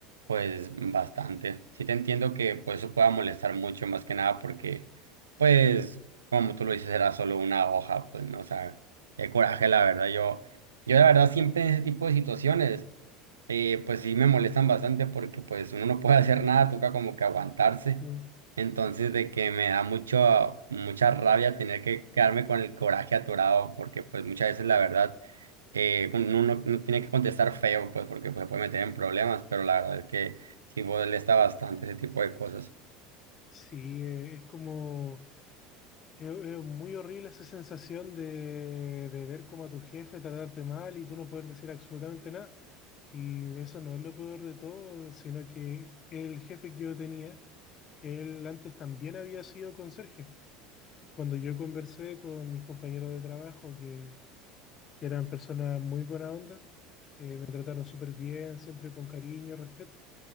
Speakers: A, on the right; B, on the left.
A: pues bastante. Sí te entiendo que pues eso pueda molestar mucho más que nada porque pues como tú lo dices era solo una hoja, pues no, o sea, qué coraje la verdad. Yo yo la verdad siempre en ese tipo de situaciones eh, pues sí me molestan bastante porque pues uno no puede <laughs> hacer nada, toca como que aguantarse.
B: Sí,
A: Entonces de que me da mucho, mucha rabia tener que quedarme con el coraje atorado porque pues muchas veces la verdad eh, uno no, no tiene que contestar feo pues porque pues, se puede meter en problemas, pero la verdad es que sí molesta bastante ese tipo de cosas.
B: Sí, eh, es como... Es, es muy horrible esa sensación de, de ver como a tu jefe tratarte mal y tú no poder decir absolutamente nada. Y eso no es lo peor de todo, sino que el jefe que yo tenía, él antes también había sido conserje. Cuando yo conversé con mis compañeros de trabajo, que, que eran personas muy buena onda, que me trataron súper bien, siempre con cariño y respeto,